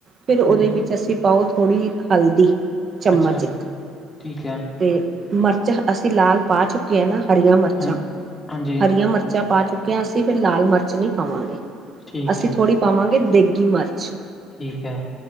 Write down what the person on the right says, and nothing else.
ਫਿਰ ਓਦੇ
ਵਿੱਚ ਪਾਓ ਅੱਸੀ ਥੋੜ੍ਹੀ ਹਲਦੀ ਚਮਚ
ਇੱਕ। ਅਤੇ
ਮਿਰਚ ਅਸੀਂ ਲਾਲ ਪਾ ਚੁੱਕੇ ਆ ਨਾ। ਹਰੀਆਂ ਮਿਰਚਾਂ
ਹਰੀਆਂ ਮਿਰਚਾਂ ਪਾ ਚੁੱਕੇ ਹਾਂ ਅਸੀਂ ਫਿਰ ਲਾਲ ਮਿਰਚ ਨੀ ਪਾਵਾਂਗੇ।
ਅਸੀਂ
ਥੋੜ੍ਹੀ ਪਾਵਾਂਗੇ ਦੇਗੀ ਮਿਰਚ।